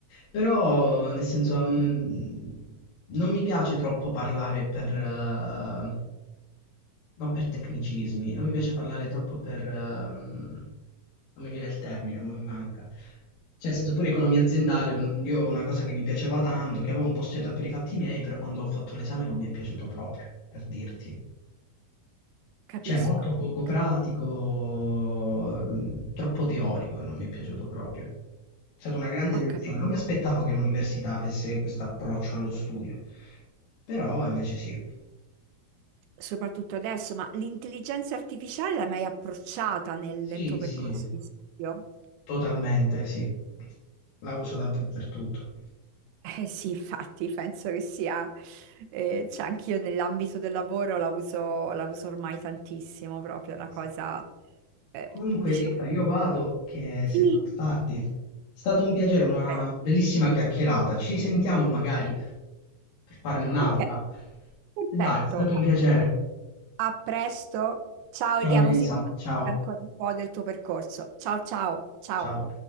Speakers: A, on the left (about 70°); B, on the right (about 85°).
A: però nel senso mm, non mi piace troppo parlare per, eh, non per tecnicismi, non mi piace parlare troppo per... ehm, non mi viene il termine, ma mi manca. Cioè, nel senso pure economia aziendale, un- io una cosa che mi piaceva tanto, che avevo un po' studiato per i fatti miei, però quando ho fatto l'esame non mi è piaciuto proprio, per dirti.
B: Capisco,
A: Cioè, molto poco
B: capi-
A: pratico, mh, troppo teorico, non mi è piaciuto proprio. È stata una grande
B: ho
A: delusione.
B: capito,
A: Non mi aspettavo che l'università avesse questo approccio allo studio, però invece sì.
B: soprattutto adesso, ma l'intelligenza artificiale l'hai mai approcciata nel,
A: Sì,
B: nel tuo percorso
A: sì,
B: di studio?
A: totalmente sì. La uso davvero per tutto.
B: Eh sì, infatti, penso che sia, eh, cioè anch'io nell'ambito del lavoro la uso, la uso ormai tantissimo, proprio è una
A: Sì.
B: cosa, eh,
A: Comunque,
B: diciamo,
A: Rita, io vado che
B: sì,
A: si è fatto tardi. È stato un piacere, una
B: eh,
A: bellissima chiacchierata. Ci risentiamo magari per farne un'altra.
B: ok, perfetto.
A: E dai, è stato un piacere.
B: A presto. Ciao
A: Ciao
B: Elia,
A: Elisa,
B: così mi racconti
A: ciao.
B: ancora un po' del tuo percorso. Ciao ciao ciao.
A: Ciao.